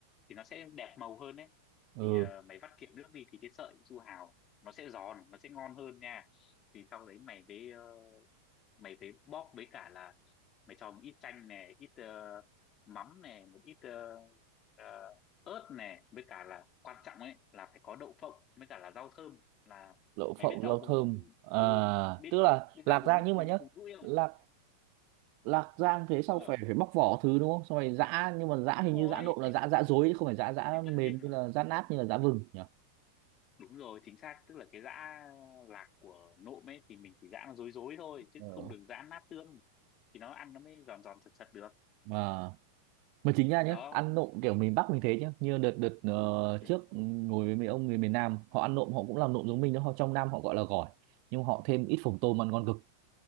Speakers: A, on the left; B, on the right.
A: thì nó sẽ đẹp màu hơn đấy
B: ừ
A: thì ờ, mày vắt kiệt nước đi thì cái sợi su hào nó sẽ giòn nó sẽ ngon hơn nha thì sau đấy mày với ờ, mày phải bóp với cả là mày cho một ít chanh này ít ờ, mắm này một ít ờ, ờ, ớt này với cả là quan trọng ấy là phải có đậu phộng với cả là rau thơm là
B: đậu phộng
A: mày biết rau
B: rau
A: húng
B: thơm à
A: ừ biết
B: tức
A: biết
B: là
A: biết
B: lạc
A: rau
B: rang
A: húng húng
B: nhưng mà nhá
A: húng rũi không
B: lạc lạc rang thế sau
A: ờ
B: phải phải bóc vỏ thứ đúng không xong rồi giã nhưng mà giã
A: đúng
B: hình
A: rồi
B: như giã nộm là
A: thì,
B: giã giã dối chứ không phải giã giã
A: thì
B: mềm
A: tất nhiên rồi
B: như là giã nát như là giã vừng nhỉ
A: đúng rồi chính xác tức là cái giã lạc của nộm ấy thì mình chỉ giã nó dối dối thôi chứ
B: ờ
A: không được giã nát tương thì nó ăn nó mới giòn giòn sật sật được
B: à mà chính ra nhá
A: đó
B: ăn nộm kiểu miền Bắc mình thế nhá như đợt đợt ờ,
A: Ừ.
B: trước ngồi với mấy ông người miền Nam họ ăn nộm họ cũng làm nộm giống mình đó họ trong Nam họ gọi là gỏi nhưng họ thêm ít phồng tôm ăn ngon cực